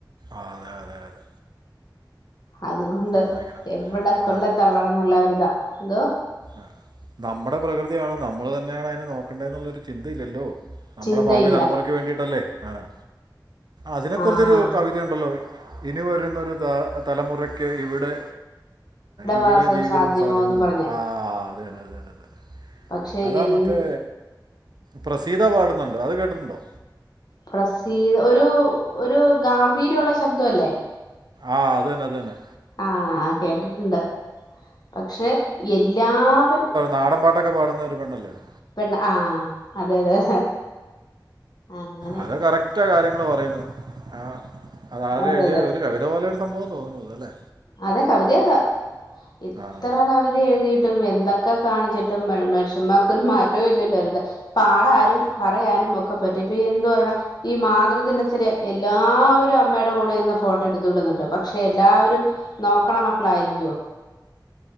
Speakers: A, on the right (about 65°); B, on the left (about 60°).
A: ആഹ് അതെ അതെ അതെ
B: അതുകൊണ്ട്
A: സമ്മതിക്കണം
B: എവിടെ
A: അത്
B: കൊണ്ട് തള്ളണം എന്നുള്ള ഒരിതാ എന്തോ
A: ആഹ് നമ്മുടെ പ്രകൃതിയാണ് നമ്മൾ തന്നെയാണ് അതിനെ നോക്കേണ്ടതെന്നുള്ളരു ചിന്തയില്ലല്ലോ നമ്മുടെ
B: ചിന്തയില്ല
A: ഭാവി തലമുറക്ക് വേണ്ടിട്ടല്ലേ ആഹ് അതിനെക്കുറിച്ചരു
B: ആഹ്
A: കവിത ഉണ്ടല്ലോ ഇനി വരുന്നൊരു ത തലമുറയ്ക്ക് ഇവിടെ ഇവിടെ
B: വാസം
A: ജീവിതം
B: സാധ്യമോന്നും
A: സാധ്യമെ
B: പറഞ്ഞ്
A: ആഹ് അതെന്നെ അതന്നെ അതന്ന
B: പക്ഷെ
A: അതാ
B: എൻ
A: മറ്റേ പ്രസീത പാടുന്നുണ്ട് അത് കേട്ടിട്ടുണ്ടോ
B: പ്രസീ ഒരു ഒരു ഗാംഭീര്യമുള്ള ശബ്ദം അല്ലേ
A: ആഹ് അതന്നെ അത് തന്നെ
B: ആഹ് കേട്ടിട്ടുണ്ട് പക്ഷെ എല്ലാവരും
A: നാടൻപാട്ടക്കെ പാടുന്ന ഒരു പെണ്ണല്ലേ അത്
B: പെണ്ണ് ആഹ് അതെ അതെ അങ്ങനെ
A: അത് കറക്റ്റാ കാര്യങ്ങൾ പറയുന്നത് ആഹ് അത് ആര്
B: അതെ
A: എഴുതിയ
B: അതെ
A: ഒരു കവി ത പോലൊരു സംഭവം തോന്നുന്നു ത് ല്ലേ
B: അതെ കവിത ആകാ എത്ര
A: ആ
B: കവിത എഴുതിയിട്ടും എന്ത ക്കെ കാണിച്ചിട്ടും മ മനുഷ്യന്മാർക്കൊരു മാറ്റവും ഇല്ലല്ലോ എന്ത് പാടാനും
A: ആ, അതാണ്
B: പറയാനും ഒ ക്ക പറ്റേപ്പ എന്ത് പറിണ ഈ മാതൃദിനത്തില് എല്ലാവരും അമ്മയുടെ കൂടെ ഇരുന്ന് ഫോട്ടോ എടുത്ത് വിടുന്നുണ്ട് പക്ഷെ എല്ലാവരും നോക്കണ മക്കളായിരിക്കോ